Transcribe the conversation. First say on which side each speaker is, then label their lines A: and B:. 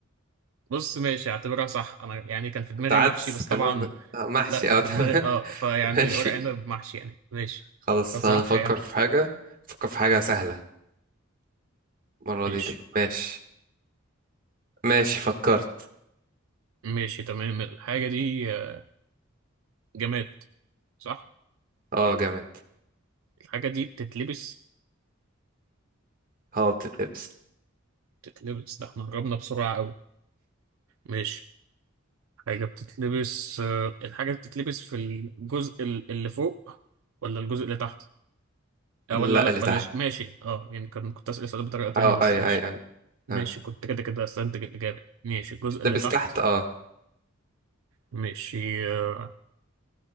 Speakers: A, on the right (about 75°); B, on the right (about 45°).
A: بص ماشي اعتبرها صح انا يعني كان في دماغي
B: انت عدس
A: محشي بس
B: كان
A: طبعا
B: قصدك آه، محشي
A: لا كان
B: اه
A: في
B: تمام
A: دماغي اه فيعني
B: <laughs> ماشي
A: ورق عنب محشي يعني ماشي
B: خلاص
A: فصح
B: انا افكر
A: يعني
B: في حاجة افكر في حاجة سهلة المرة
A: ماشي
B: دي تبقى ماشي ماشي فكرت
A: ماشي تمام الحاجة دي آه، جماد صح
B: اه جامد
A: الحاجة دي بتتلبس
B: اه بتتلبس
A: بتتلبس ده احنا قربنا بسرعة قوي ماشي حاجة بتتلبس آه، الحاجة بتتلبس في الجزء ال- اللي فوق ولا الجزء اللي تحت اه
B: لا
A: ولا لا
B: اللي
A: بلاش
B: تحت
A: ماشي اه يعني كان كنت أسأل السؤال بطريقة تاني
B: اه
A: بس
B: اي
A: ماشي
B: اي اي
A: ماشي
B: اه
A: كنت كده كده استنتج الإجابة ماشي الجزء
B: بتتلبس
A: اللي تحت
B: تحت اه
A: ماشي آه،